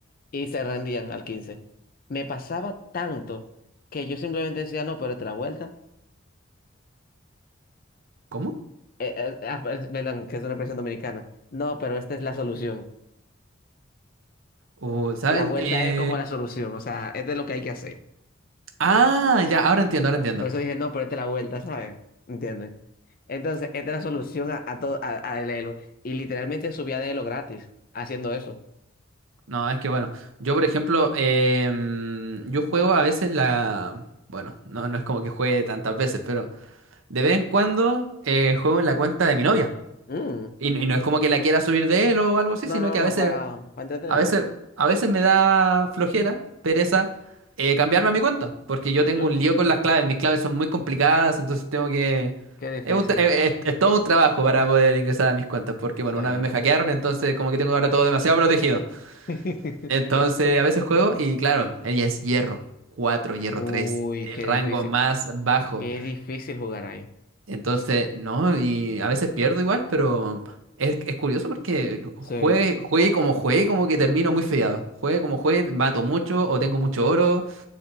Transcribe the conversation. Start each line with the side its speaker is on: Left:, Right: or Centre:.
Left: Y se rendían al quince Me pasaba tanto que yo simplemente decía, no, pero otra vuelta.
Right: ¿Cómo?
Left: Eh, eh, ah, per- perdón, que es una expresión dominicana. No, pero esta es la solución.
Right: Uh, ¿sabes?
Left: La vuelta
Right: Eh,
Left: es como la solución, o sea, este es lo que hay que hacer.
Right: Ah, ya, ahora entiendo, ahora entiendo.
Left: Por eso dije, no, ponete la vuelta, ¿sabes? ¿Entiendes? Entonces, esta es la solución a, a todo, a- al Elo. Y literalmente subía de Elo gratis haciendo eso.
Right: No, es que bueno, yo por ejemplo, em, yo juego a veces la... Bueno, no, no es como que juegue tantas veces, pero de vez en cuando eh, juego en la cuenta de mi novia.
Left: Mm.
Right: Y, y no es como que la quiera subir de él o algo así,
Left: No,
Right: sino
Left: no,
Right: que
Left: no,
Right: a veces
Left: para, para entretenerte.
Right: A veces, a veces me da flojera, pereza, eh, cambiarme a mi cuenta, porque yo tengo
Left: Sí.
Right: un lío con las claves, mis claves son muy complicadas, entonces tengo que...
Left: Qué difícil.
Right: Es, un tra- eh, es- es todo un trabajo para poder ingresar a mis cuentas, porque bueno,
Left: Sí.
Right: una vez me hackearon, entonces como que tengo ahora todo demasiado protegido.
Left: <laughs>
Right: Entonces a veces juego y claro, ella es hierro 4, hierro
Left: Uy,
Right: 3, el
Left: qué
Right: rango
Left: difícil.
Right: más bajo.
Left: Qué difícil jugar ahí.
Right: Entonces, no, y a veces pierdo igual, pero es, es curioso porque juegue,
Left: Sí.
Right: juegue como juegue, como que termino muy fiado. Juegue como juegue, mato mucho o tengo mucho oro.